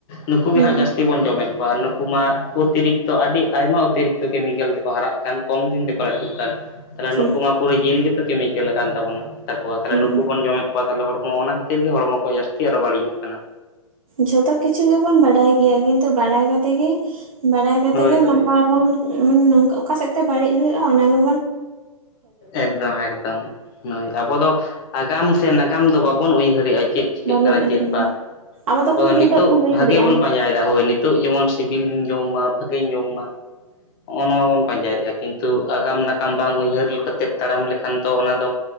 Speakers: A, on the left; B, on the right.
A: ᱱᱩᱠᱩ ᱜᱮ
B: ᱦᱩᱸ
A: ᱦᱟᱸᱜ ᱡᱟᱹᱥᱛᱤ ᱵᱚᱱ ᱡᱚᱢᱮᱫ ᱵᱟᱨ ᱱᱩᱠᱩ ᱢᱟ ᱚᱛᱤᱨᱤᱠᱛᱚ ᱟᱹᱰᱤ ᱟᱭᱢᱟ ᱚᱛᱤᱨᱤᱠᱛᱚ ᱠᱮᱢᱤᱠᱮᱞ ᱛᱮᱠᱚ ᱦᱟᱨᱟᱜ ᱠᱟᱱ ᱠᱚᱢ ᱫᱤᱱ ᱛᱮᱠᱚ ᱞᱟᱹᱴᱩᱜ ᱠᱟᱱ ᱛᱟᱦᱮᱞᱮ
B: ᱴᱷᱤᱠ
A: ᱱᱩᱠᱩ ᱢᱟ ᱯᱩᱨᱟᱹ ᱡᱤᱞ ᱜᱮᱛᱚ ᱠᱮᱢᱤ ᱠᱮᱞ ᱞᱟᱠᱟᱱ ᱛᱟᱵᱚᱱᱟ ᱛᱟᱨᱯᱚᱨ ᱛᱟᱦᱮᱞᱮ
B: ᱦᱩᱸ
A: ᱱᱩᱠᱩ ᱵᱚᱱ ᱡᱚᱢᱮᱫ ᱠᱚ ᱛᱟᱦᱮᱞᱮ ᱦᱚᱲᱢᱚ ᱚᱱᱟ ᱠᱷᱟᱹᱛᱤᱨ ᱜᱮ ᱦᱚᱲᱢᱚ ᱠᱚ ᱡᱟᱹᱥᱛᱤ ᱟᱨᱚ ᱵᱟᱹᱲᱤᱡᱚᱜ ᱠᱟᱱᱟ᱾
B: ᱡᱷᱚᱛᱚ ᱠᱤᱪᱷᱩ ᱜᱮᱵᱚᱱ ᱵᱟᱰᱟᱭ ᱜᱮᱭᱟ ᱠᱤᱱᱛᱩ ᱵᱟᱲᱟᱭ ᱠᱟᱛᱮ ᱜᱮ ᱵᱟᱲᱟᱭ ᱠᱟᱛᱮ
A: ᱦᱳᱭ
B: ᱜᱮ
A: ᱦᱳᱭ
B: ᱱᱚᱝᱠᱟ ᱵᱚᱱ ᱢᱟᱱ ᱱᱚᱝᱠᱟ ᱚᱠᱟᱥᱮᱜ ᱛᱮ ᱵᱟᱹᱲᱤᱜ ᱦᱩᱭᱩᱜᱼᱟ ᱚᱱᱟᱜᱮ
A: ᱮᱠᱫᱚᱢ ᱮᱠᱫᱚᱢ᱾ ᱦᱚᱭ ᱟᱵᱚ ᱫᱚ ᱟᱜᱟᱢ ᱥᱮ ᱱᱟᱜᱟᱢ ᱫᱚ ᱵᱟᱵᱚᱱ ᱩᱭᱦᱟᱹᱨᱮᱜᱼᱟ ᱪᱮᱫ ᱾ ᱪᱤᱠᱟᱹᱜ
B: ᱵᱟᱵᱚᱱ
A: ᱠᱟᱱᱟ
B: ᱩᱭᱦᱟᱹᱨᱟ
A: ᱪᱮᱜ ᱵᱟ ᱟᱵᱚ
B: ᱠᱷᱟᱹᱞᱤ
A: ᱫᱚ ᱱᱤᱛᱳᱜ
B: ᱱᱤᱛᱚᱜ ᱵᱚᱱ ᱩᱭᱦᱟᱹᱨᱮᱜᱼᱟ
A: ᱵᱷᱟᱜᱮ ᱵᱚᱱ ᱯᱟᱧᱡᱟᱭᱫᱟ ᱦᱳᱭ ᱱᱤᱛ ᱛᱚᱜ ᱡᱮᱢᱚᱱ ᱥᱤᱵᱤᱞᱤᱧ ᱡᱚᱢ ᱢᱟ ᱵᱷᱟᱜᱤᱧ ᱡᱚᱢ ᱢᱟ ᱦᱚᱜᱼᱚ ᱱᱚᱣᱟ ᱵᱚᱱ ᱯᱟᱧᱡᱟᱭᱮᱜᱼᱟ ᱠᱤᱱ ᱛᱩ ᱟᱜᱟᱢ ᱱᱟᱜᱟᱢ ᱵᱟᱝ ᱩᱭᱦᱟᱹᱨ ᱞᱮᱠᱟᱛᱮᱛ ᱛᱟᱲᱟᱢ ᱞᱮᱠᱷᱟᱱ ᱫᱚ ᱚᱱᱟ ᱫᱚ